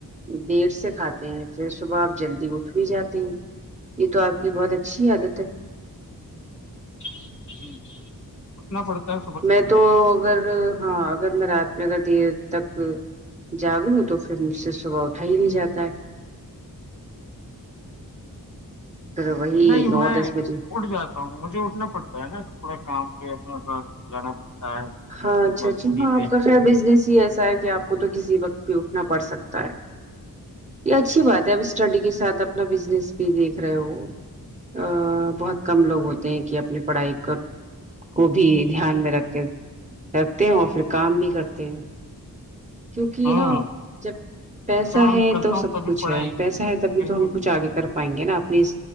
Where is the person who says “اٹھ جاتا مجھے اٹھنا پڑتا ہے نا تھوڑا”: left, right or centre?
Left